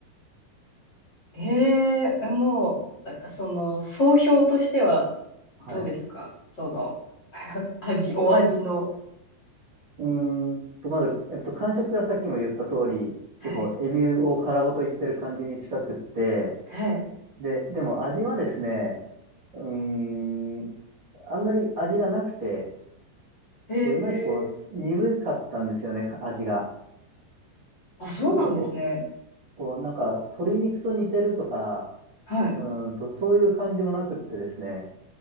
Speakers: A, on the left; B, on the right.
A: ええ、もう、あその、総評としては
B: はい。
A: どうでしたかその、<laughs> 味、お味の。
B: うーんと、まず、えっと、感触がさっきも言った通り、
A: はい。
B: 結構、エビを殻ごといってる感じに近くって、
A: は
B: で、でも味はですね、うーん、あんまり味がなくて、
A: い。へ
B: こういまいちこう、
A: え。
B: 鈍かったんですよね、か味が。
A: あ、そうなんですね。
B: なんかこう、こう、なんか、鶏肉と似てるとか、
A: はい。
B: うーんと、そういう感じもなくってですね、